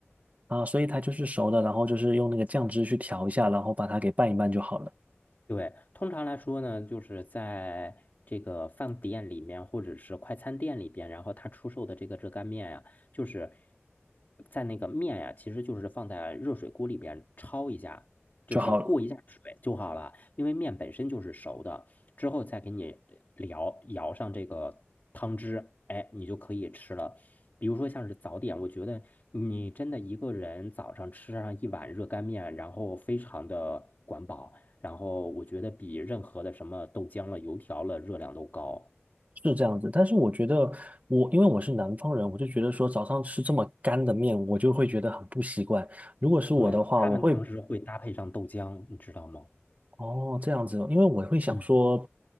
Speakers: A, on the right; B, on the left.
A: 啊，所以它就是熟的，然后就是用那个酱汁去调一下，然后把它给拌一拌就好了，
B: 对，通常来说呢，就是在这个饭店里面或者是快餐店里边，然后他出售的这个热干面呀，就是在那个面呀，其实就是放在热水锅里边焯一下，就是过一下水就好了，
A: 就好了，
B: 因为面本身就是熟的，之后再给你舀舀上这个汤汁，哎，你就可以吃了。比如说像是早点，我觉得你真的一个人早上吃上一碗热干面，然后非常的管饱。然后我觉得比任何的什么豆浆了、油条了热量都高。
A: 是这样子。但是我觉得我，因为我是南方人，我就觉得说早上吃这么干的面，我就会觉得很不习惯。如果是我的话，
B: 对，他们同时会搭配上豆浆，
A: 我会，
B: 你知道吗？
A: 哦，这样子哦因为我会想说，
B: 嗯